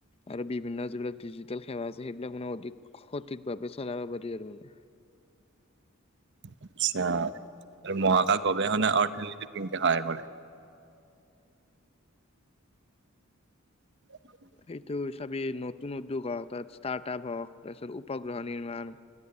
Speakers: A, on the left; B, on the right.
A: আৰু বিভিন্ন যিবিলাক ডিজিটেল সেৱা আছে, সেইবিলাক মানে অধিক সঠিকভাৱে চলাব পাৰি আৰু মানে।
B: আচ্ছা আৰু মহাকাশ গৱেষণা অৰ্থনীতিত কেনেকে সহায় কৰে? উম' <inaudible>
A: সেইটো চাবি নতুন উদ্যোগ হওক, তাত ষ্টাৰ্টআপ হওক, তাৰপিছত উপগ্ৰহ নিৰ্মাণ।